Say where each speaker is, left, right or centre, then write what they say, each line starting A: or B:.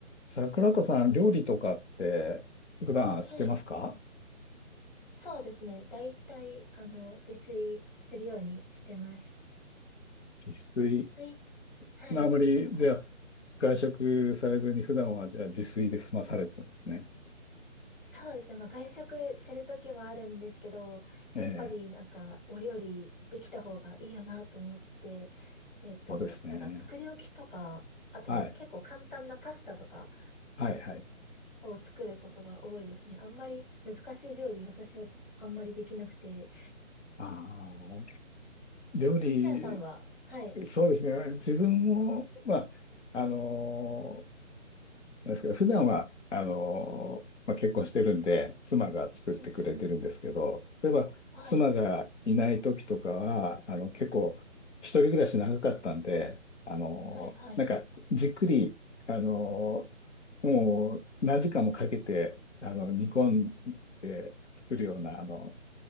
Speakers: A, on the left; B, on the left.
A: 桜子さん、料理とかって普段してますか
B: はい。そうですね。だいたい、あの、自炊するようにしてます。
A: 自炊。
B: はい。はい。
A: あまり、
B: なんか、
A: じゃあ、外食されずに普段はじゃあ自炊で済まされてるんですね。
B: そうですね。まあ、外食するときもあるんですけど、やっぱりなんか、
A: ええ、
B: お料理できた方がいいよなと思って、えっと、
A: そうですね。
B: なんか作り置きとか、あと結構簡単なパスタとか
A: はい。はい、はい。
B: を作ることが多いですね。あんまり難しい料理、私はあんまりできなくて。
A: ああ、料理、
B: トシヤさんは、はい。
A: そうですね。自分も、まあ、あのーですけど、普段は、あの、まあ、結婚してるんで、妻が作ってくれてるんですけど、
B: うんうん。
A: 例えば、
B: はい。
A: 妻がいない時とかは、あの、結構、一人暮らし長かったんで、あの、
B: はいはい。
A: なんか、じっくり、あの、もう、何時間もかけて、あの、煮込んで作るような、あの、